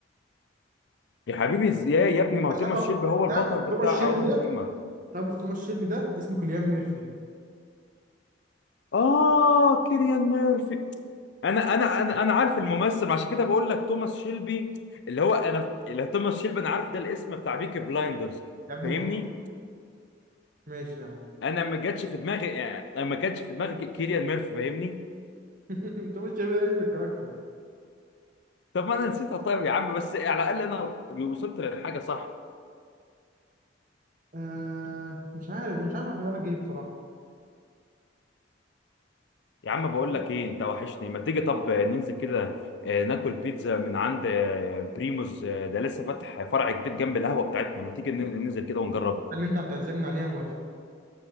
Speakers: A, on the left; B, on the right.
A: يا حبيبي ازاي يا ابني
B: هو
A: ما هو توماس
B: شبه
A: شيلبي هو البطل
B: ده
A: بتاع
B: توماس شيلبي
A: اوبنهايمر
B: ده طب توماس شيلبي ده اسمه كيليان ميرفي
A: اه كيليان ميرفي انا انا انا انا عارف الممثل عشان كده بقول لك توماس شيلبي اللي هو انا اللي توماس شيلبي انا عارف ده الاسم بتاع بيكي بلايندرز
B: يا ابني
A: فاهمني
B: ما هو ماشي يا عم
A: انا ما جاتش في دماغي يعني أنا ما جاتش في دماغي ك- كيليان ميرفي فاهمني
B: <laughs> انت مش شايف اسم الكاركتر
A: طب ما انا نسيتها طيب يا عم بس على الاقل انا وصلت للحاجه صح
B: آه مش عارف مش عارف احسبها لك ايه بصراحه
A: يا عم
B: بس
A: بقول
B: هو
A: لك
B: الحتة
A: ايه انت وحشني ما تيجي طب ننزل كده آه، ناكل بيتزا من عند آه، بريموز آه، ده لسه فاتح فرع جديد جنب القهوه بتاعتنا ما تيجي ن- ننزل كده ونجرب
B: اللي انت هتعزمني عليها موافق